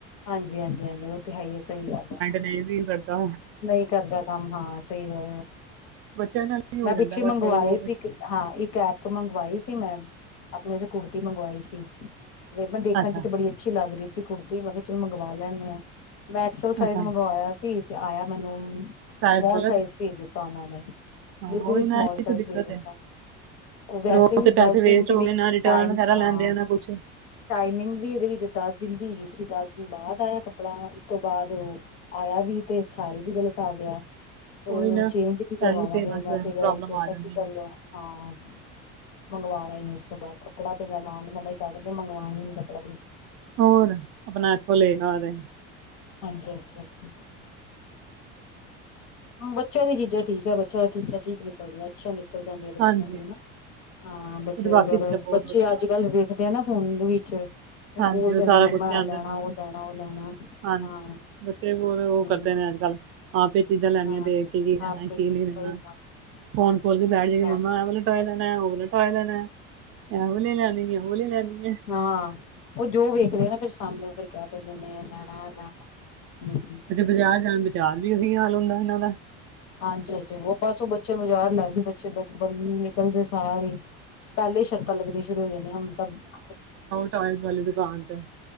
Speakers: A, on the left; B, on the right.
A: ਹਾਂਜੀ ਹਾਂਜੀ ਹਾਂਜੀ ਉਹ ਤਾਂ ਹੈ ਹੀ ਹੈ ਸਹੀ ਗੱਲ ਏ
B: ਤੇ ਏ ਵੀ ਕਰਦਾ
A: ਨਹੀਂ ਕਰਦਾ ਕੰਮ ਹਾਂ ਸਹੀ ਹੈ
B: ਬੱਚਿਆਂ ਨਾਲ ਹੀ ਹੋ
A: ਮੈਂ
B: ਜਾਂਦਾ
A: ਪਿੱਛੇ
B: ਬਸ
A: ਮੰਗਵਾਏ
B: ਥੋੜਾ ਬਹੁਤ
A: ਸੀ ਹਾਂ ਇੱਕ ਐਪ ਤੋਂ ਮੰਗਵਾਈ ਸੀ ਮੈਂ ਆਪਣੇ ਵਾਸਤੇ ਕੁੜਤੀ ਮੰਗਵਾਈ ਸੀ ਮੇ ਮੈਂ ਦੇਖਣ
B: ਅੱਛਾ
A: ਚ ਤੇ ਬੜੀ ਅੱਛੀ ਲੱਗ ਰਹੀ ਸੀ ਕੁੜਤੀ ਮੈਂ ਕਿਹਾ ਚਲ ਮੰਗਵਾ ਲੈਂਦੇ ਆ ਮੈਂ ਐਕਸਲ ਸਾਈਜ਼
B: ਅੱਛਾ
A: ਮੰਗਵਾਇਆ ਸੀ ਤੇ ਆਇਆ ਮੈਨੂੰ
B: ਸਾਇਦ
A: ਸਮੋਲ
B: ਗਲਤ
A: ਸਾਈਜ਼ ਭੇਜ ਦਿੱਤਾ ਉਹਨਾਂ ਨੇ
B: ਹਾਂ
A: ਬਿਲਕੁਲ
B: ਉਹੀ
A: ਹੀ ਸਮਾਲ
B: ਨਾ ਇਹ
A: ਸਾਈਜ਼
B: ਤਾਂ ਦਿੱਕਤ
A: ਭੇਜ ਦਿੱਤਾ
B: ਹੈ
A: ਉਹ ਵੈਸੇ
B: ਫਿਰ
A: ਵੀ
B: ਤੇ
A: ਦਸ
B: ਪੈਸੇ ਵੇਸਟ
A: ਦਿਨ ਦੇ
B: ਹੋ
A: ਵਿੱਚ
B: ਗਏ ਨਾ ਰਿਟਰਨ
A: ਟਾਈਮ
B: ਵਗੈਰਾ ਲੈਂਦੇ
A: ਹਾਂ
B: ਆ ਨਾ ਕੁਛ
A: ਟਾਈਮਿੰਗ ਵੀ ਸੀ ਵਿੱਚ ਦਸ ਦਿਨ ਦੀ ਹੀਗੀ ਸੀ ਦਸ ਦਿਨ ਬਾਅਦ ਆਇਆ ਕੱਪੜਾ ਵੀ ਉਸ ਤੋਂ ਬਾਅਦ ਉਹ ਆਇਆ ਵੀ ਤੇ ਸਾਈਜ਼ ਗਲਤ ਆ ਗਿਆ ਉਹਨੂੰ
B: ਉਹੀ ਨਾ
A: ਚੇਂਜ ਕੀ ਕਰਵਾਵਾਂਗੇ
B: ਇਹੀ ਤੇ ਬਸ
A: ਮੈਂ ਫਿਰ
B: ਪ੍ਰੋਬਲਮ
A: ਏਹਿ ਕੀ
B: ਆ ਜਾਂਦੀ
A: ਚੱਲ
B: ਹੈ
A: ਹਾਂ ਮੰਗਵਾਣਾ ਹੀ ਨੀ ਉਸ ਤੋਂ ਬਾਅਦ ਕੱਪੜਾ ਤੇ ਮੈਂ ਮਾਂ ਨੂੰ ਮਨਾ ਕਰ ਮੰਗਵਾਉਣਾ ਹੀ ਕੱਪੜਾ
B: ਹੋਰ ਆਪਣਾ ਏਥੋਂ ਲੇਗਾ ਉਰੇ
A: ਹਾਂਜੀ ਹਾਂਜੀ ਹਾਂਜੀ ਹਾਂ, ਬੱਚਿਆਂ ਦੀ ਚੀਜ਼ਾਂ ਠੀਕ ਏ ਬੱਚਿਆਂ ਦੀ ਚੀਜ਼ਾਂ ਠੀਕ ਨਿਕਲਦੀਆਂ, ਅੱਛੀਆ ਨੇ ਨਿਕਲ ਜਾਂਦੀਆਂ ਬੱਚਿਆਂ
B: ਹਾਂਜੀ
A: ਦੀ ਨਾ। ਹਾਂ ਬੱਚੇ
B: ਉਹ ਤੇ ਬਾਕੀ
A: ਵਗੈਰਾ,
B: ਚੀਜ਼ਾਂ ਬਹੁਤ
A: ਬੱਚੇ
B: ਵਧੀਆ
A: ਅੱਜ ਕੱਲ ਵੇਖ ਦੇ ਆ ਨਾ ਫੋਨ ਵਿੱਚ ਫੇਰ
B: ਹਾਂਜੀ
A: ਬੋਲਦੇ
B: ਉਹ
A: ਨੇ,
B: ਸਾਰਾ
A: ਮੰਮਾ
B: ਕੁਝ ਕਹਿੰਦੇ
A: ਏ ਲੈਣਾ,
B: ਨੇ
A: ਉਹ ਲੈਣਾ, ਉਹ ਲੈਣਾ
B: ਹਾਂਜੀ,
A: ਹਾਂ
B: ਬੱਚੇ ਬਹੁਤ ਉਹ
A: ਹਮ
B: ਕਰਦੇ ਨੇ ਅੱਜ ਕੱਲ੍ਹ ਆਪ ਇਹ ਚੀਜ਼ਾਂ ਲੈਣੀਆਂ
A: ਹਾਂ
B: ਦੇਖ ਕੇ ਕੀ ਲੈਣਾ
A: ਆਪੇ
B: ਕੀ ਨਹੀਂ
A: ਸਹੀ
B: ਲੈਣਾ
A: ਗੱਲ
B: ਫੋਨ ਖੋਲ ਕੇ ਬੈ ਜਾਏਗੇ
A: ਹੈ
B: ਮੰਮਾ ਐ ਵ ਟੋਆਏ ਲੈਣਾ ਉਹ ਟੋਆਏ ਲੈਣਾ ਐ ਵਾਲੀ ਲੈਣੀ ਉਹ ਵਾਲੀ ਲੈਣੀ ਆ
A: ਹਾਂ ਉਹ ਜੋ ਵੇਖਦੇ ਆ ਨਾ ਫਿਰ ਸਾਹਮਣੇ ਫਿਰ ਕਹਿ ਦਿੰਦੇ ਨੇ ਮੈਂ ਇਹ ਲੈਣਾ ਮੈਂ ਉਹ ਲੈਣਾ
B: ਤੇ ਬਾਜ਼ਾਰ ਜਾਣ ਬਾਜ਼ਾਰ ਵੀ ਉਹੀ ਹਾਲ ਹੁੰਦਾ ਇਹਨਾਂ ਦਾ
A: ਹਾਂਜੀ ਹਾਂਜੀ ਉਹ ਬਸ ਉਹ ਬੱਚੇ ਬਾਜ਼ਾਰ ਲੈਦੇ ਬੱਚੇ ਨਿਕਲਦੇ ਸਾਰ ਹੀ ਪਹਿਲੇ ਹੀ ਸ਼ਰਤਾਂ ਲੱਗੀਆਂ ਸ਼ੁਰੂ ਹੋ ਜਾਦੀਆਂ ਮੈਂ ਤਾਂ ਬਸ
B: ਟੋਆਏ ਵਾਲੀ ਦੁਕਾਨ ਤੇ